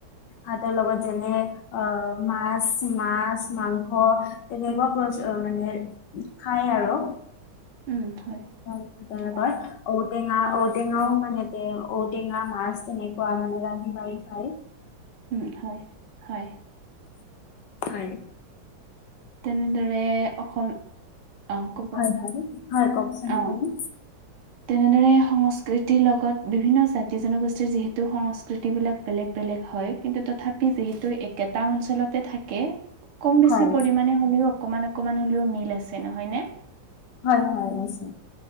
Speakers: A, on the left (about 65°); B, on the right (about 80°).
A: আৰু <unintelligible> লগত যেনে অ', মাছ মাছ মাংস তেনেকুৱা প্ৰ মানে খাই আৰু।
B: উম, হয়।
A: <unintelligible> তেনেকৈ
B: হয়
A: ঔটেঙা ঔটেঙাও মানে তে ঔটেঙা মাছ টেনেকুৱা মানে <unintelligible> খায়।
B: উম হয় হয়
A: <unintelligible> হয়।
B: তেনেদৰে অসম অ ক'ব
A: হয়, হয়, হয় কওকচোন
B: অ
A: আপুনি।
B: তেনেদৰে সংস্কৃতিৰ লগত বিভিন্ন জাতি জনগোষ্ঠীৰ যিহেতু সংস্কৃতিবিলাক বেলেগ বেলেগ হয় কিন্তু তথা পি যিহেতু একেটা অঞ্চলতে থাকে কম বেছি
A: হয়,
B: পৰিমাণে হ'লেও অকমান অকমান হ'লেও মিল আছে নহয় নে?
A: হয়, হয়, আছে।